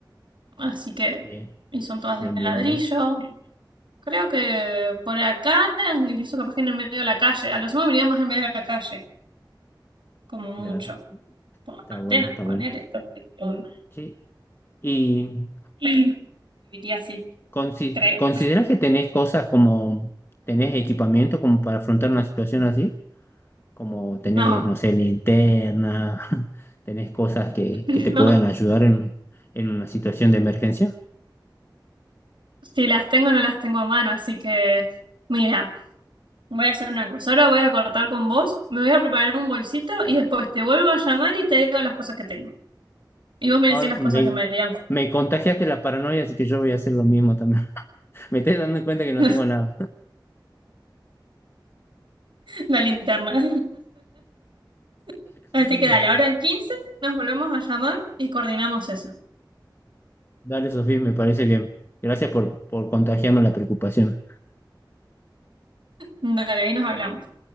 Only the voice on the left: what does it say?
Bien,
bien,
bien,
bien.
Claro,
está
bueno, está
bueno.
Sí, y
consi-
¿consideras que tenés cosas como, tenés equipamiento como para afrontar una situación así? Como tenés,
no sé, linterna, <laughs> tenés cosas que,
que te
puedan ayudar en, en una situación de emergencia.
Ahora,
me,
me contagiaste la paranoia, así que yo voy a hacer lo mismo también. <laughs> Me estoy dando cuenta que no
tengo nada.
<laughs>
Dale, Sofía, me parece bien. Gracias por, por contagiarme la preocupación.